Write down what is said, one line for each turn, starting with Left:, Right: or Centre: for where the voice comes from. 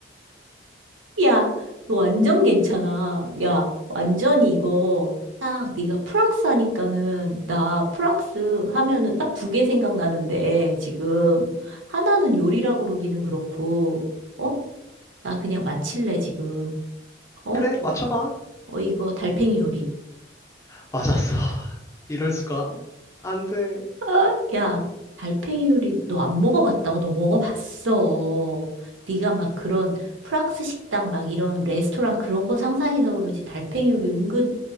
Right: 야, 너 완전 괜찮아. 야, 완전히 이거 딱 네가 프랑스 하니까는 나 프랑스 하면은 딱 두 개 생각나는데 지금 하나는 요리라고 그러기는 그렇고 어? 나 그냥 마칠래 지금. 어?
Left: 그래, 맞춰봐.
Right: 어 이거 달팽이 요리.
Left: 맞았어. 이럴 수가. 안 돼.
Right: 어? 야, 달팽이 요리 너 안 먹어봤다고 너 먹어봤어. 네가 막 그런 프랑스 식당 막 이런 레스토랑 그런 거 상상해서 그러지 달팽이 요리 은근